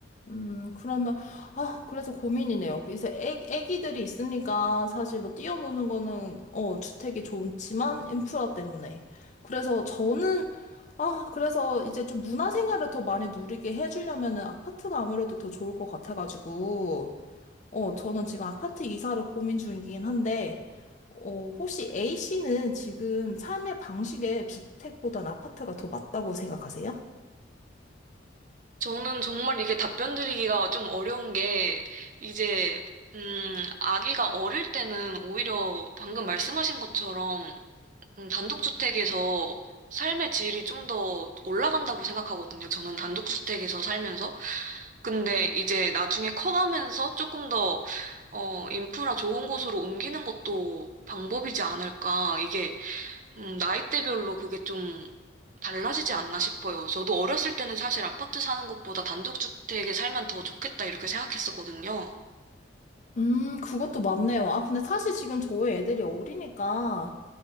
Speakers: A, on the left (about 40°); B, on the right (about 40°).
A: 음, 그러면, 아, 그래서 고민이네요. 이제 애, 애기들이 있으니까 사실 뭐 뛰어노는 거는, 어, 주택이 좋지만 인프라 때문에. 그래서 저는, 아, 그래서 이제 좀 문화생활을 더 많이 누리게 해주려면은 아파트가 아무래도 더 좋을 것 같아가지고. 어, 저는 지금 아파트 이사를 고민 중이긴 한데, 어, 혹시 A씨는 지금 삶의 방식에 주택보단 아파트가 더 맞다고 생각하세요?
B: 저는 정말 이게 답변 드리기가 좀 어려운 게, 이제, 음, 아기가 어릴 때는 오히려 방금 말씀하신 것처럼, 음, 단독주택에서 삶의 질이 좀 더 올라간다고 생각하거든요. 저는 단독주택에서 살면서. 근데 이제 나중에 커가면서 조금 더, 어, 인프라 좋은 곳으로 옮기는 것도 방법이지 않을까. 이게 음, 나이대별로 그게 좀 달라지지 않나 싶어요. 저도 어렸을 때는 사실 아파트 사는 것보다 단독주택에 살면 더 좋겠다 이렇게 생각했었거든요.
A: 음, 그것도 맞네요. 아, 근데 사실 지금 저희 애들이 어리니까,